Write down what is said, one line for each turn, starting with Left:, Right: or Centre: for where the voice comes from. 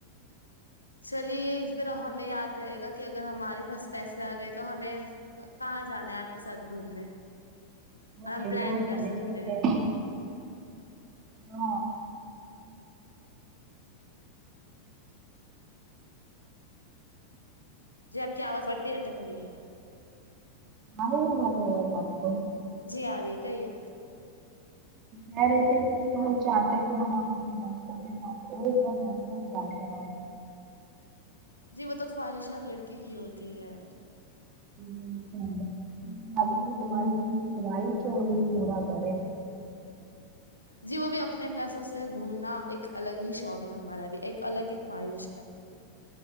Left: چلیے یہ پھر ہمیں یاد رہے گا کہ اگر ہمارے پاس پیسے آ گئے تو ہمیں کہاں جانا ہے آپ کے ساتھ گھومنے
Right: ہ
Left: اور ہم
Right: یہ
Left: پلان
Right: طرام سارے
Left: کر سکتے
Right: چیں گے
Left: ہیں
Right: ہاں
Left: جی آپ کی آواز بڑی اٹک رہی ہے
Right: مارے میں مارے آاز آپ کو
Left: جی آ رہی ہے کہی ہے
Right: کہہ رہے تھے کہ ہم چاہتے ہیں کہ ہم اپنے دوستوں کے ساتھ ایک دم ایکترن جا کے رہئے
Left: جی وہ تو خواہش ہر لڑکی کی ہوتی ہے
Right: کہ ہماری جو خوائش ہے ہم یہ پورا کریں
Left: جی وہ بھی اپنے پیسوں سے گھومنا ایک الگ ہی شوق ہے ہمارا بھی ایک الگ ہی خواہش ہے